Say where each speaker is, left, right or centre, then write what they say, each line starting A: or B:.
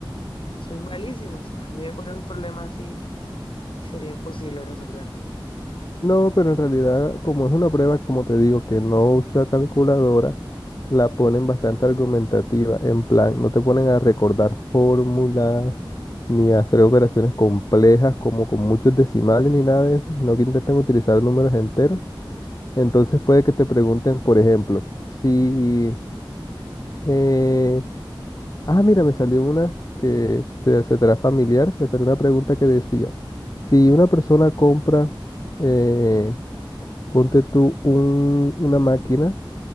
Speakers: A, on the left; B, on the left.
A: mm, soy malísima. O sea, a mí me ponen un problema así y sería imposible resolverlo.
B: No, pero en realidad, como es una prueba, como te digo, que no usa calculadora, la ponen bastante argumentativa. En plan, no te ponen a recordar fórmulas, ni a hacer operaciones complejas, como con muchos decimales, ni nada de eso, sino que intentan utilizar números enteros. Entonces puede que te pregunten, por ejemplo, si... eh, ah, mira, me salió una que te, se te hará familiar. Me salió una pregunta que decía, si una persona compra... eh, Ponte tú un- una máquina